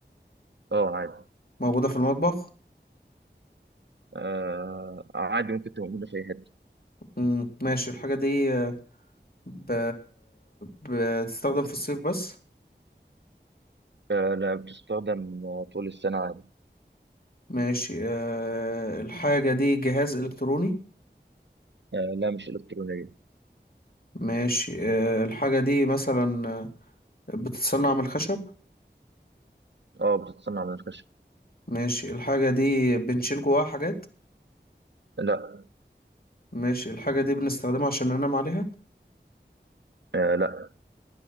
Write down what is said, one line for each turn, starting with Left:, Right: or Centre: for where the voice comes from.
Right: أه عادي
Left: موجودة في المطبخ
Right: آه، عادي ممكن تبقى موجودة في أي حتة
Left: مم، ماشي الحاجة دي آه، ب... بتستخدم في الصيف بس
Right: آه، لا بتستخدم طول السنة عادي
Left: ماشي آه، الحاجة دي جهاز إلكتروني
Right: آه لا مش إلكترونية
Left: ماشي آه، الحاجة دي مثلا آه، بتتصنع من الخشب
Right: اه بتتصنع من الخشب
Left: ماشي الحاجة دي بنشيل جواها حاجات
Right: لا
Left: ماشي الحاجة دي بنستخدمها عشان ننام عليها
Right: آه لا